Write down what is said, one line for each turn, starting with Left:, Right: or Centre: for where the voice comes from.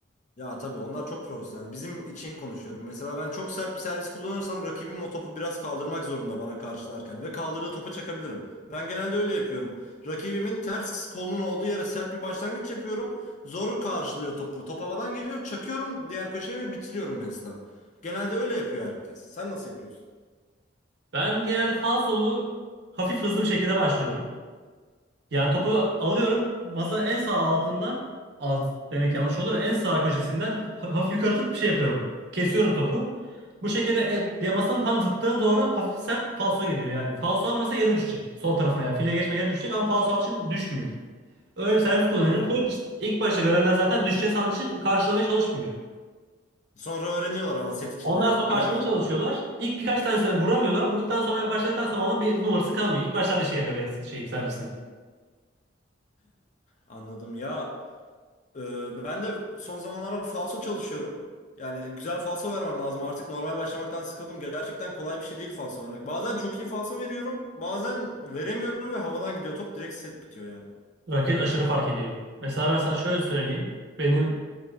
Left: Ya tabii onlar çok profesyonel. Bizim için konuşuyorum. Mesela ben çok sert bir servis kullanırsam rakibim o topu biraz kaldırmak zorunda bana karşılarken ve kaldırdığı topa çakabilirim. Ben genelde öyle yapıyorum. Rakibimin ters kolunun olduğu yere sert bir başlangıç yapıyorum. Zor karşılıyor topu. Top havadan geliyor, çakıyorum diğer köşeye ve bitiriyorum mesela. Genelde öyle yapıyor herkes. Sen nasıl yapıyorsun?
Right: Ben genelde falsolu hafif hızlı bir şekilde başlıyorum. Yani topu alıyorum masanın en sağ altından alt demek yanlış olur en sağ köşesinden ha- hafif yukarı tutup şey yapıyorum. Kesiyorum topu. Bu şekilde e, diye masanın tam zıttığına doğru hafif sert falso gidiyor yani. Falso almasa yere düşecek. Sol tarafına yani fileye geçme yere düşecek ama falso aldığı için düşmüyor. Öyle bir servis kullanıyorum.
Left: Ha.
Right: Çok işte ilk başta görenler zaten düşeceği sandığı için karşılamaya çalışmıyor.
Left: Sonra öğreniyorlar ama set içinde,
Right: Ondan sonra karşılamaya
Left: maç içinde.
Right: çalışıyorlar. İlk birkaç tanesini vuramıyorlar. Vurduktan sonra başladıktan sonra ama bir numarası kalmıyor. İlk başlarda işe yarıyor benim şeyim servisim.
Left: Anladım ya. Ee, ben de son zamanlarda falso çalışıyorum. Yani güzel falso vermem lazım. Artık normal başlamaktan sıkıldım. Gerçekten kolay bir şey değil falso vermek. Bazen çok iyi falso veriyorum. Bazen veremiyorum ve havadan gidiyor top. Direkt set bitiyor yani.
Right: Raket aşırı fark ediyor. Mesela ben sana şöyle söyleyeyim. Benim